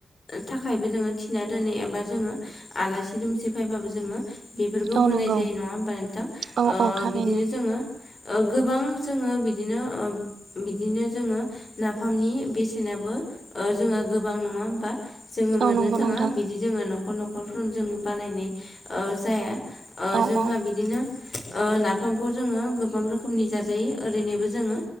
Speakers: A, on the left; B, on the right.
A: थाखायबो जोङो थिना दोनो एबा जोङो आलासि दुमसि फैबाबो जोङो बेफोरखौ
B: औ
A: होनाय
B: नंगौ
A: जायो नङा होमबा नोंथां ओ
B: औ औ थारैनो
A: बिदिनो जोङो ओ गोबां जोङो बिदिनो बिदिनो जोङो नाफामनि बेसेनाबो ओ जोंहा गोबां नङा होमबा जोङो मोननो
B: औ नंगौ
A: थाङा
B: नोंथां
A: बिदि जोङो न'खर न'खरफोर जों बानायनाय ओ जाया ओ
B: औ
A: जोंहा
B: औ
A: बिदिनो ओ नाफामखौ जोङो गोबां रोखोमनि जाजायो ओरैनोबो जोङो